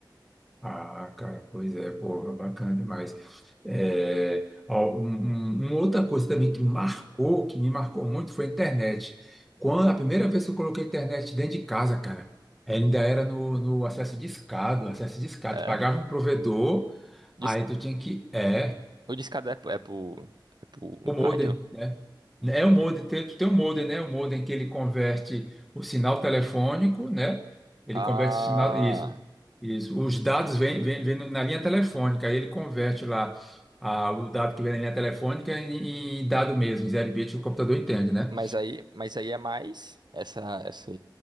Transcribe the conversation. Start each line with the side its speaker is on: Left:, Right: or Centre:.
Centre: Ah, cara, pois é, porra, bacana demais. É, ó, um- um- uma outra coisa também que marcou, que me marcou muito, foi a internet. Quando a primeira vez que eu coloquei a internet dentro de casa, cara, ainda era no, no acesso discado, acesso discado.
Right: É?
Centre: Tu pagava um provedor,
Right: Dis-
Centre: aí tu tinha que. É.
Right: O discado é, pro, é pro é pro
Centre: O
Right: rádio?
Centre: modem, né? É o modem, tem, tem o modem, né? O modem que ele converte o sinal telefônico, né? Ele
Right: Ah,
Centre: converte o sinal, isso, isso. Os dados vêm vêm vêm na linha telefônica, aí ele converte lá a, o dado que vem na linha telefônica em, em dado mesmo, em 0 bit, o computador entende, né?
Right: mas aí, mas aí é mais. Essa, essa,